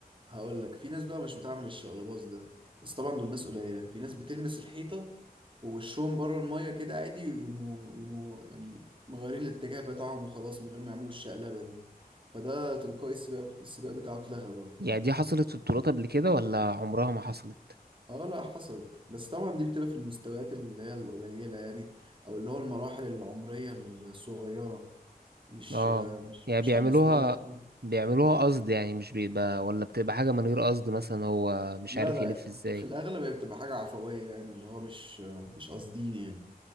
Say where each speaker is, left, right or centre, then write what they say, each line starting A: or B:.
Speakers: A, on the right; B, on the right.
A: هقول لك في ناس بقى مش بتعمل الشقلباص ده بس طبعا دول ناس قليلة في ناس بتلمس الحيطة ووشهم بره المية كده عادي يقوموا يقوموا يعني مغيرين الاتجاه بتاعهم وخلاص من غير ما يعملوا الشقلبة دي فده تلقائي السباق السباق بتاعه اتلغى برضه
B: يعني دي حصلت في بطولات قبل كده ولا عمرها ما حصلت
A: اه لا حصلت بس طبعا دي بتبقى في المستويات اللي هي القليلة يعني او اللي هو المراحل العمرية الصغيرة مش
B: اه
A: مش
B: يعني
A: مش
B: بيعملوها
A: على المستوى الاحترافي
B: بيعملوها قصد يعني مش بيبقى ولا بتبقى حاجة من غير قصد مثلا هو مش
A: لا
B: عارف
A: لا
B: يلف ازاي
A: في الأغلب هي بتبقى حاجة عفوية يعني اللي هو مش مش قاصدين يعني